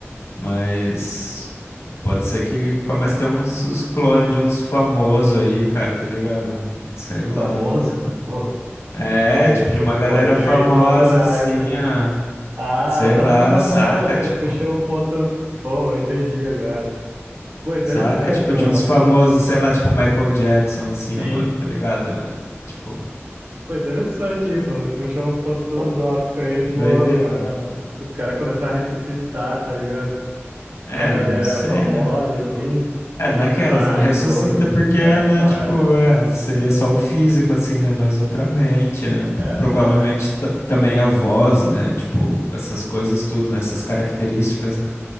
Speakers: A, on the left; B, on the right.
A: mas pode ser que comece a ter uns, uns clones de uns famosos aí, cara, tá ligado? Sei lá.
B: Famoso, <laughs> pô.
A: É,
B: Foi,
A: tipo,
B: é,
A: de uma galera
B: foda, é direitos
A: famosa,
B: autorais,
A: assim,
B: né?
A: ó,
B: Ah,
A: sei
B: não,
A: lá,
B: não, não,
A: saca,
B: não, pô, você
A: tipo,
B: puxou um ponto bom, eu entendi agora. Pô, interessante,
A: saca, tipo,
B: mano.
A: de uns
B: Uma
A: famosos, sei lá, tipo, Michael Jackson, assim,
B: Sim.
A: ó, mano, tá ligado? Tipo,
B: Pô, interessante isso, mano. Você puxou um ponto filosófico aí,
A: doideira,
B: boa, mano.
A: né, mano?
B: Os caras começaram a ressuscitar, tá ligado?
A: É,
B: Uma galera
A: não sei,
B: famosa,
A: né, mano? Tipo,
B: assim,
A: é,
B: ressuscitar
A: naquelas não ressuscita
B: em clone.
A: porque,
B: É,
A: né,
B: não,
A: tipo,
B: é,
A: é, seria só o físico, assim, né? Mas outra mente, né? p-
B: é,
A: Provavelmente
B: não, é.
A: ta- também a voz, né? Tipo, essas coisas tudo, né? Essas características, né?